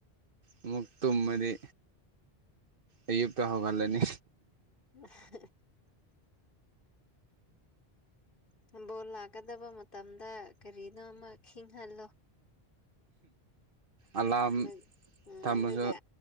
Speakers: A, on the right (about 60°); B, on the left (about 55°).
A: ꯑꯃꯨꯛ ꯇꯨꯝꯃꯗꯤ ꯑꯌꯨꯛꯇ ꯍꯧꯒꯠꯂꯅꯤ
B: ꯝ <unintelligible> ꯕꯣꯜ ꯂꯥꯛꯀꯗꯕ ꯃꯇꯝꯗ ꯀꯔꯤꯅꯣ ꯑꯃ ꯈꯤꯍꯜꯂꯣ
A: ꯑꯂꯥꯝ
B: ꯎꯝ
A: ꯊꯝꯃꯁꯨ
B: ꯑꯗꯨꯒ